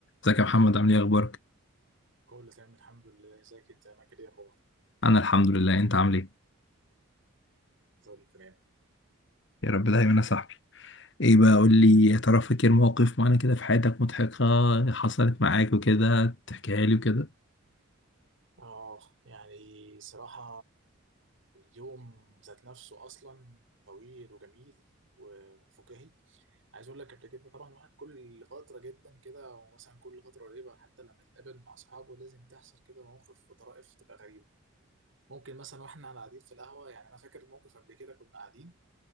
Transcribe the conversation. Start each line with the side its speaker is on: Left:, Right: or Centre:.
Left: ازيك يا محمد عامل ايه اخبارك
Right: كله تمام الحمد لله ازيك انت يا ماجد يا اخبار
Left: انا الحمد لله انت عامل ايه
Right: كله تمام
Left: يا رب دايما يا صاحبي ايه بقى قول لي يا ترى فاكر مواقف معانا كده في حياتك مضحكة حصلت معاك وكده تحكيها لي وكده
Right: اه يعني صراحة اليوم ذات نفسه اصلا طويل وجميل و- وفكاهي عايز اقول لك قبل كده طبعا الواحد كل فترة جدا كده او مثلا كل فترة قريبة حتى لما يتقابل مع اصحابه لازم تحصل كده مواقف وطرائف تبقى غريبة ممكن مثلا واحنا قاعد- قاعدين في القهوة يعني انا فاكر موقف قبل كده كنا قاعدين